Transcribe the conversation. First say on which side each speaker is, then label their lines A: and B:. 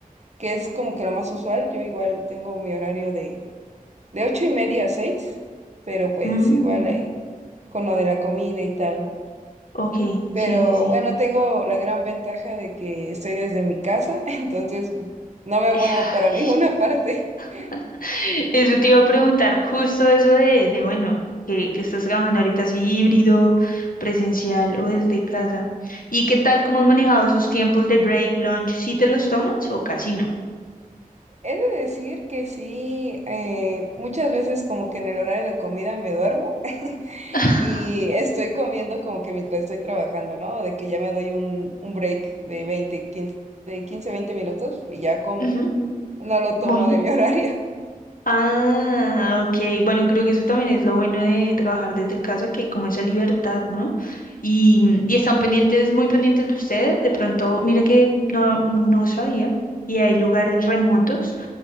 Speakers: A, on the right (about 50°); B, on the left (about 70°).
A: que es como que lo más usual. Yo igual tengo mi horario de, de ocho y media a seis, pero pues
B: Mm.
A: igual ahí, con lo de la comida y tal, ¿no?
B: Ok,
A: Pero
B: sí, sí, sí.
A: bueno, tengo la gran ventaja de que estoy desde mi casa, <laughs> entonces pues, no me
B: Eh,
A: muevo
B: Ay,
A: para ninguna parte. <laughs>
B: <laughs> Eso te iba a preguntar, justo eso de, de bueno, que, que estás trabajando ahorita así híbrido, presencial o desde casa. ¿Y qué tal, cómo has manejado esos tiempos de break, lunch? ¿Sí te los tomas o casi no?
A: He de decir que sí, eh, muchas veces como que en el horario de comida me duermo
B: <laughs>
A: y estoy comiendo como que mientras estoy trabajando, ¿no? De que ya me doy un, un break de veinte quince de 15 20 minutos y ya como.
B: Ujú.
A: No lo tomo
B: Bueno.
A: de mi <laughs> horario.
B: Ah, ok. Bueno, creo que eso también es lo bueno de trabajar desde casa, que hay como esa libertad, ¿no? Y, mm, y están pendientes, muy pendientes de ustedes. De pronto, mira que no, no sabía. Y hay lugares remotos